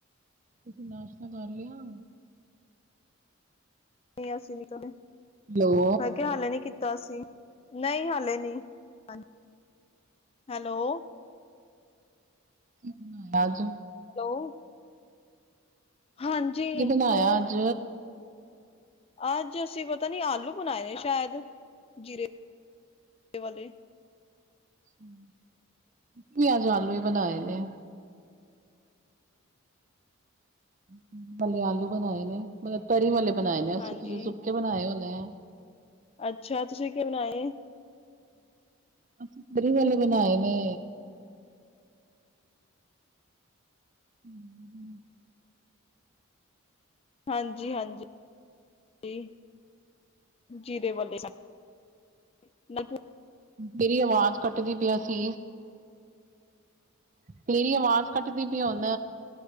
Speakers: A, on the right; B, on the left.
A: ਤੁਸੀਂ ਨਾਸ਼ਤਾ ਕਰ ਲਿਆ?
B: ਨਹੀਂ ਅਸੀਂ ਨੀ ਕ
A: ਹੈਲੋ
B: ਮੈਂ ਕਿਹਾ ਹੱਲੇ ਨੀ ਕੀ ਕੀਤਾ ਸੀ? ਨਹੀਂ ਹਾਲੇ ਨਹੀਂ, ਹਾਂ, ਹੈਲੋ
A: ਕੀ, ਬਣਾਇਆ ਅੱਜ?
B: ਹੈਲੋ ਹਾਂਜੀ,
A: ਕੀ ਬਣਾਇਆ
B: ਹੋਰ-?
A: ਅੱਜ
B: ਅੱਜ ਅਸੀਂ ਪਤਾ ਨੀ, ਆਲੂ ਬਣਾਏ ਨੇ ਸ਼ਾਇਦ, ਜੀਰੇ ਵਾਲੇ
A: ਮੈਂ ਵੀ ਅੱਜ, ਆਲੂ ਹੀ ਬਣਾਏ ਨੇ। ਇੱਕਲੇ, ਆਲੂ ਬਣਾਏ ਨੇ? ਮਤਲਬ, ਤਰੀ ਵਾਲੇ ਬਣਾਏ ਨੇ ਅਸੀ
B: ਹਾਂਜੀ
A: ਤੁਸੀਂ, ਸੁੱਕੇ ਬਣਾਏ ਹੋਣੈ।
B: ਅੱਛਾ, ਤੁਸੀਂ ਕੀ ਬਣਾਏ?
A: ਅਸੀ, ਤਰੀ ਵਾਲੇ ਬਣਾਏ ਨੇ ਹਮ -ਹਮ
B: ਹਾਂਜੀ- ਹਾਂਜੀ--ਹਾਂਜੀ ਜੀਰੇ ਵਾਲੇ ਸਾਡੇ, ਮੈ ਪੁੱਛ
A: ਮੇਰੀ, ਆਵਾਜ਼ ਕੱਟਦੀ, ਪਿਆ ਸੀ। ਤੇਰੀ, ਆਵਾਜ਼ ਕੱਟਦੀ ਪਈ ਹੈ, ਹੁਣ